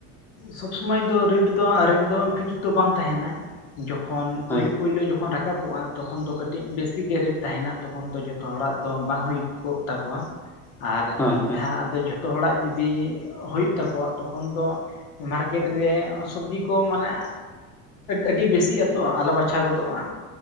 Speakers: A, on the left; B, in the centre.
A: ᱥᱚᱵ ᱥᱚᱢᱚᱭ ᱫᱚ ᱨᱮ. ᱴ ᱫᱚ ᱨᱮᱹᱴ ᱫᱚ ᱯᱷᱤᱠᱥ ᱫᱚ ᱵᱟᱝ ᱛᱟᱦᱮᱱᱟ ᱡᱚᱠᱷᱚᱱ ᱯᱩᱭᱞᱩ
B: ᱦᱳᱭ
A: ᱯᱩᱭᱭᱞᱳ ᱡᱚᱠᱷᱚᱱ ᱨᱟᱠᱟᱵᱚᱜᱼᱟ ᱯᱩᱭᱞᱩ ᱛᱚᱠᱷᱚᱱ ᱫᱚ ᱠᱟᱹᱴᱤᱡ ᱵᱮᱥᱤᱜ ᱜᱮ ᱨᱮ. ᱴ ᱛᱟᱦᱮᱱᱟ ᱛᱚᱠᱷᱚᱱ ᱫᱚ ᱡᱚᱛᱚ ᱦᱚᱲᱟᱜ ᱫᱚ ᱵᱟᱝ ᱦᱩᱭ ᱠᱚᱜ ᱛᱟᱠᱚᱣᱟ ᱟᱨ
B: ᱦᱳᱭ
A: ᱢᱤᱫ
B: ᱦᱳᱭ
A: ᱫᱷᱟᱣ ᱟᱫᱚ ᱡᱚᱛᱚ ᱦᱚᱲᱟᱜ ᱡᱩᱫᱤ ᱦᱩᱭᱩᱜ ᱛᱟᱠᱚᱣᱟ ᱛᱚᱠᱷᱚᱱ ᱫᱚ ᱢᱟᱨᱠᱮᱴ ᱨᱮ ᱥᱚᱵᱡᱤ ᱠᱚ ᱢᱟᱱᱮ ᱟᱹᱰᱤ ᱵᱮᱥᱤᱜ ᱟᱛᱚ ᱟᱞᱟ ᱵᱟᱪᱷᱟᱣ ᱜᱚᱫᱚᱜᱼᱟ